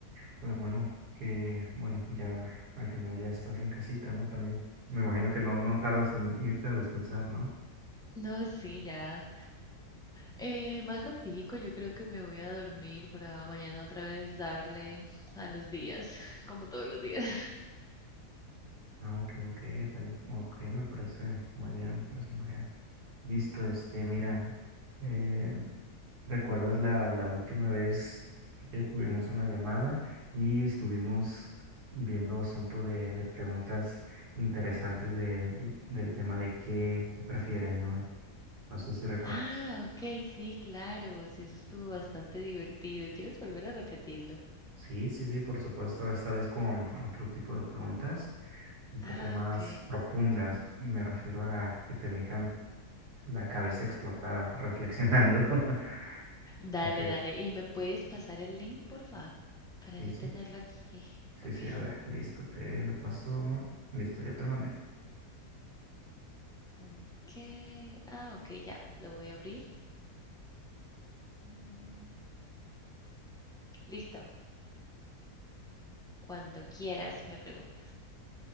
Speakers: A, on the right; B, in the centre.
A: Pues bueno, que bueno, ya al final ya estás en casita, ¿no? También me imagino que no, no tardas en irte a descansar, ¿no?
B: No, sí, ya. Eh, más ratico, yo creo que me voy a dormir para mañana otra vez darle a los días, <laughs> como todos los días.
A: Ah, ok, ok, tal, ok, me parece muy bien, me parece muy bien. Listo, este, mira, eh, ¿recuerdas la, la última vez que tuvimos una llamada y estuvimos viendo asuntos de, de preguntas interesantes de, de- del tema de qué, qué prefieres, ¿no? No sé si recuerdas.
B: Ah, ok, sí, claro, sí, eso estuvo bastante divertido. ¿Quieres volver a repetirlo?
A: Sí, sí, sí, por supuesto, esta vez con otro tipo de preguntas, un
B: Ah,
A: poco más
B: ok.
A: profundas, y me refiero a que te dejan La cabeza explotada, reflexionando. <laughs>
B: Dale,
A: Ok,
B: dale. ¿Y me puedes pasar el link, porfa? Para
A: sí,
B: yo
A: sí,
B: tenerlo aquí.
A: sí,
B: Ok.
A: sí, a ver, listo, te lo paso. Listo, ya te lo mandé.
B: Ok. Ah, ok, ya. Lo voy a abrir. Mm, Listo. Cuando quieras, me preguntas.